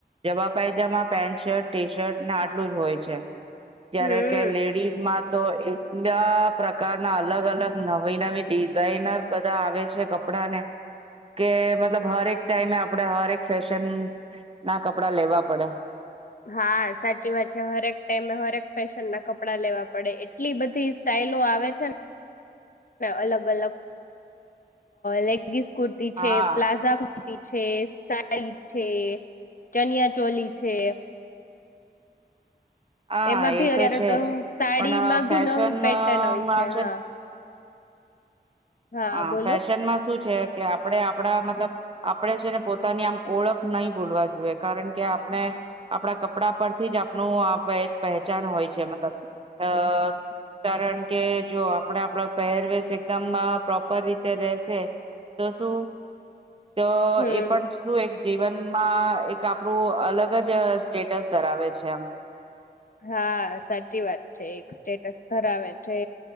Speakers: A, on the right (about 30°); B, on the left (about 50°).
A: જવા pyjama pant shirt T shirt ને આટલું જ હોય છે. જયારે
B: હમ
A: કે લેડીઝ માં તો એટલા પ્રકારના અલગ અલગ નવી નવી ડિઝાઇનર બધા આવે છે. કપડાને કે મતલબ હરેક ટાઈમે આપડે હરેક ફેશન ના કપડા લેવા પડે.
B: હા, સાચી વાત છે. હરેક ટાઈમે હરેક ફેશન ના કપડાં લેવા પડે એટલી બધી સ્ટાઈલો આવે છે. ને અલગ અલગ લ લગીસ કુર્તી
A: હા
B: છે. પ્લાઝા છે. સાડી છે, ચનિયા ચોલી છે.
A: હા
B: એમાં ભી
A: એ
B: અત્યારે
A: છે
B: તો
A: જ
B: સાડીમાં
A: પણ ફેશનમાં
B: ભી નવી પેટર્ન આવી છે. હા, હા
A: હ
B: બોલો
A: ફેશનમાં શું છે, કે આપડે કડા મતલબ આપણેે છે. ને પોતાની આમ ઓળખ નહી ભૂલવા જોઈએ કારણ કે, આપણે આપણા કપડા પરથી જ આપણું એક પહેચાન હોય છે. મતલબ અ કારણ કે, જો આપણે આપડ પહેરવેશ એકદમ પ્રોપર રીતે રહેશે તો શું તો
B: હમ
A: એ પણ શું એક જીવનમાં એક આપણું અલગ જ સ્ટેટસ ધરાવે છે. આમ,
B: હા સાચી વાત છે. એક સ્ટેટસ ધરાવે છે.